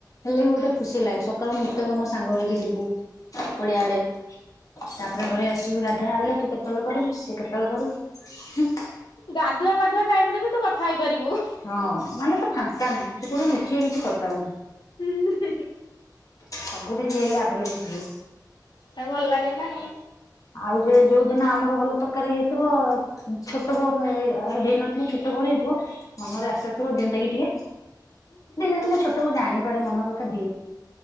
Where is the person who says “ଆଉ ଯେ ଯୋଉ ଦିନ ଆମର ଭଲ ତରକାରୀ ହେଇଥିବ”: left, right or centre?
Left